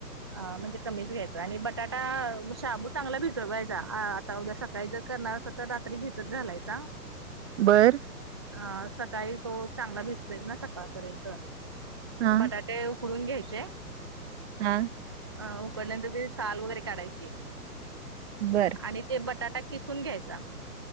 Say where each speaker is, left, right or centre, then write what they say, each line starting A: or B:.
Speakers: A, on the right; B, on the right.
A: म्हणजे कमीच घ्यायच आणि बटाटा शाबू चांगला भिजवायचा. आता उद्या सकाळी जर करणार अस तर रा -- त्री भिजत घालायचा.
B: बरं.
A: अ सकाळी तो चांगला भिजतो ना सकाळपर्यंत.
B: हा
A: बटाट -- ते उकडून घ्यायचे.
B: हा.
A: अ उकडल्यानंतर तेजीसाल वगैरे काढायची.
B: बरं.
A: आणि ते बटाटा किसून घ्यायचा.